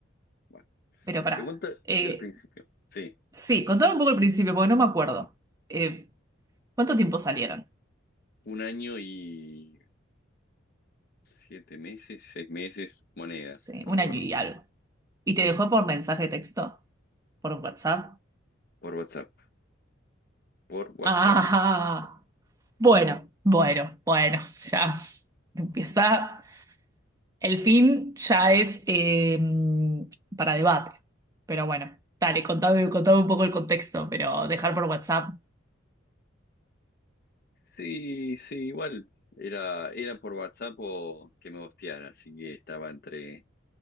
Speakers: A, on the left (about 50°); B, on the right (about 15°).
A: Bueno,
B: Pero pará.
A: te cuento
B: Eh,
A: del principio, sí,
B: sí, contame un poco el principio, porque no me acuerdo. Eh, ¿cuánto tiempo salieron?
A: un año y siete meses, seis meses, monedas,
B: Sí,
A: no
B: un
A: me acuerdo,
B: año y algo. ¿Y te dejó por mensaje de texto? ¿Por WhatsApp?
A: por WhatsApp, por WhatsApp.
B: Ah. Bueno, bueno, bueno, ya empieza. El fin ya es eh, para debate. Pero bueno, dale, contame, contame un poco el contexto, pero dejar por WhatsApp.
A: Sí, sí, igual era, era por WhatsApp o que me hostiara, así que estaba entre,